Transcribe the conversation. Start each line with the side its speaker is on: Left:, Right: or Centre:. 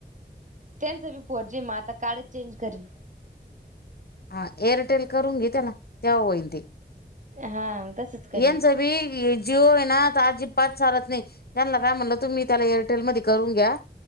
Right: टेन फोर जी मग आता का्च चेंज करी.
Left: हा एअरटेल करून घेत त्या ना तेव्हा होईन ते.
Right: हा तसच. करीन
Left: येनच बी जिओ आहे ना आता अजिबात चालत नाही, त्यांना काय म्हणलं तुम्ही त्याला एअरटेल मध्ये करून घ्या.